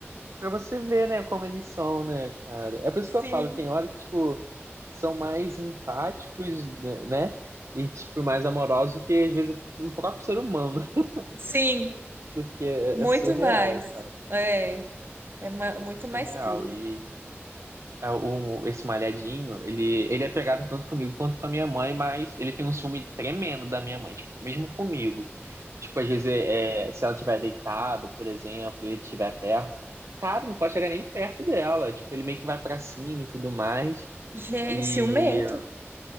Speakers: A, on the right; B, on the right.
A: Pra você ver, né, como eles são, né, cara? É por isso
B: sim,
A: que eu falo, tem hora que, tipo, são mais empáticos, né? né? E, tipo, mais amorosos que, às vezes, o próprio ser humano. <laughs>
B: sim,
A: Porque é,
B: muito
A: é surreal,
B: mais.
A: cara.
B: É. É ma- muito
A: É surreal.
B: mais puro.
A: E é, o, esse malhadinho, ele, ele é pegado tanto comigo quanto com a minha mãe, mas ele tem um ciúme tremendo da minha mãe, tipo, mesmo comigo. Tipo, às vezes, é, é, se ela estiver deitado, por exemplo, e ele estiver perto, cara, não pode chegar nem perto dela. Tipo, ele meio que vai pra cima e tudo mais.
B: Gente,
A: E
B: ciumento.